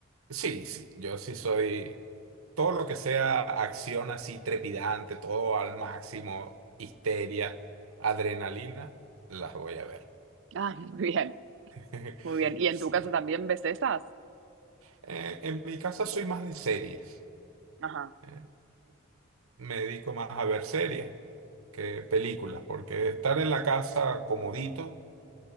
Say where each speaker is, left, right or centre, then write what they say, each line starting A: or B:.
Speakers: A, on the right (about 80°); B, on the right (about 60°).
A: sí, sí, yo sí soy... Todo lo que sea acción así trepidante, todo al máximo, histeria, adrenalina, las voy a ver.
B: Ah, <laughs> muy bien,
A: <laughs>
B: muy bien. ¿Y
A: Sí.
B: en tu caso también ves esas?
A: Eh, en mi casa soy más de series.
B: Ajá,
A: eh, me dedico más a ver series que películas, porque estar en la casa comodito,